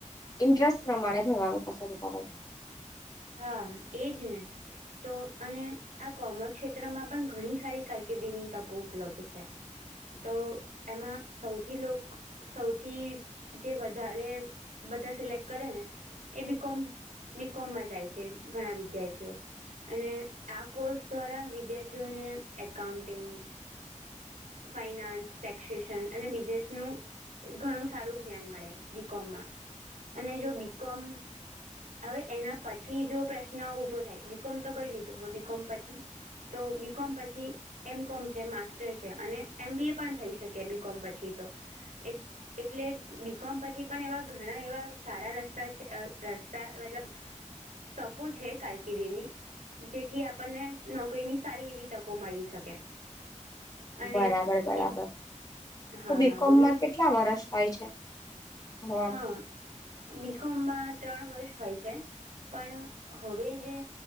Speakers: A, on the left; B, on the right.
A: ઇન્ટરેસ્ટ પ્રમાણે રહેવાનું પસંદ કરે.
B: હા એ જ ને તો અને. આ કોમર્સ ક્ષેત્રમાં પણ ઘણી સારી કારકિર્દીની તકો ઉપલબ્ધ છે. તો એમાં સૌથી લોક. સૌથી જે વધારે બધા સિલેક્ટ કરે ને. એ બીકોમ બીકોમમાં જાય છે ઘણા વિદ્યાર્થીઓ. અને આ કોર્સ દ્વારા વિદ્યાર્થીઓને એકાઉન્ટિંગ. ફાઈનાન્સ ટેક્સેશન અને બિઝનેસ નું. ઘણું સારું જ્ઞાન મળે બીકોમમાં અને જો બીકોમ. હવે એના પછી જો પ્રશ્ન ઉભો થાય બીકોમ તો કરી લીધો હવે બીકોમ પછી. તો બી કોમ પછી એમ કોમ છે માસ્ટર છે. અને એમ બી એ પણ થઈ શકે બી કોમ પછી તો એ. એટલે બીકોમ પછી પણ એવા ઘણા એવા સારા રસ્તા રસ્તા મતલબ. તકો છે કારકિર્દી ની. જેથી આપણને નોકરીની સારી એવી તકો મળી શકે. અને
A: બરાબર બરાબર
B: એ હા
A: તો બીકોમમાં
B: હા બોલો
A: કેટલા વરષ હોય છે. ભણવાનું?
B: હા બીકોમમાં ત્રણ વર્ષ હોય છે. પણ હવે જે